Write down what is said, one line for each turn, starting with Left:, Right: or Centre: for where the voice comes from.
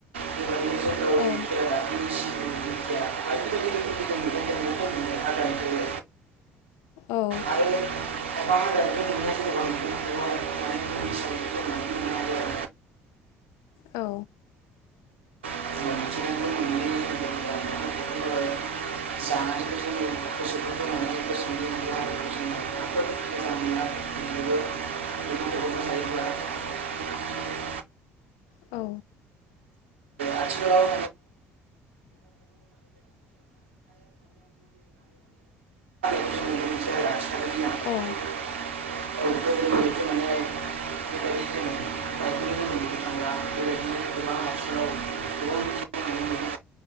Right: बेबायदिनो जोंनाव
Left: औ
Right: खेरा दाफिनि सिबिं दिंखिया बायदि बायदि रोखोमनि जों मैगं थाइगंखौ मोनो हाग्रानिफ्राय
Left: औ
Right: आरो <unintelligible> थाइगं माने मुलि हिसाबै दोननानै मोननो हायो
Left: औ
Right: आरो जों मिथिंगानिफ्राय मोननाय जेनेबा मैगं थाइगंफोरा <unintelligible> देहाफोरखौ जोङो जोबोद मोजां मोनो आरो बेबो मैगं थाइगंखौ जायोब्ला आरो
Left: औ
Right: आथिखालाव <unintelligible> <unintelligible> मोनसै आरो आथिखालनि दिनाव
Left: औ
Right: <unintelligible> <unintelligible> आथिखालाव गोबां बिथिंनि मैगं